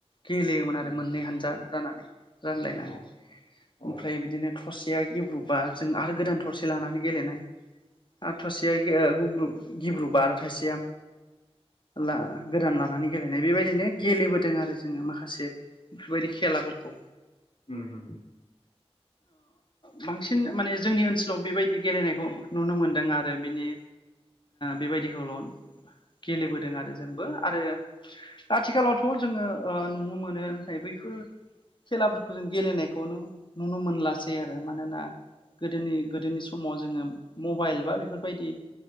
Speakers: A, on the left; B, on the left.
A: गेलेयोमोन
B: उम
A: आरो मोननै हानजा जानानै रानलायनानै
B: औ उम औ औ
A: ओमफ्राय बिदिनो थरसेया गेब्रुबा जों आरो गोदान थरसे लानानै गेलेनाय आ थायसेया गिब्रुबा आरो थाइसेया ला गोदान लानानै गेलेनाय बेबायदिनो गेलेबोदों आरो जोङो माखासे बेफोरबायदि खेलाफोरखौ
B: उम उम
A: बांसिन माने जोंनि ओनसोलाव बेबायदि गेलेनायखौ नुनो मोनदों आरो बिनि बेबायदिखौल' गेलेबोदों आरो जोंबो आरो आथिखालावथ' जोङो नुनो मोनो नाथाय बैफोर खेलाफोरखौ जों गेलेनायखौनो नुनो मोनलासै आरो मानोना गोदोनि गोदोनि सम समाव जोङो मबाइल बा बेफोरबायदि